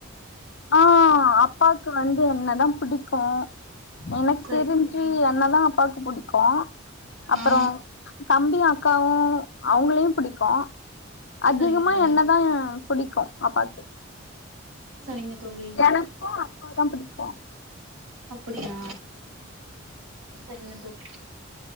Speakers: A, on the left; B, on the right.
A: ஆ அப்பாக்கு வந்து என்னதா புடிக்கு எனக்கு
B: சரிங்க
A: தெரிஞ்சு
B: தோழி
A: என்னதா அப்பாக்கு புடிக்கு அப்புறோ
B: ஆ
A: ப்ச் தம்பி அக்காவு அவுங்களையு புடிக்கு அதிகமா
B: சரிங்க
A: என்னதா
B: தோழி
A: புடிக்கு அப்பாக்
B: சரிங்க தோழி
A: எனக்கு அப்பாதா புடிக் கு
B: அப்படியா சரிங்க தோழி